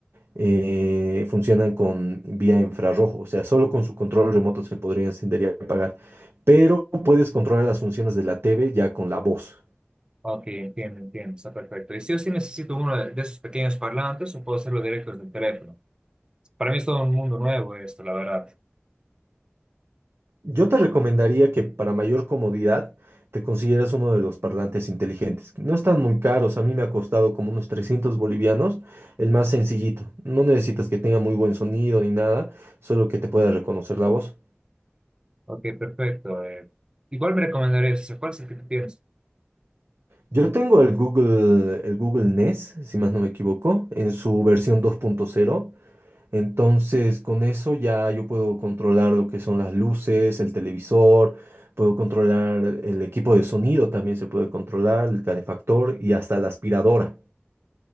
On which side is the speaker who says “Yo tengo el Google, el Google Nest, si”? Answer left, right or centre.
Right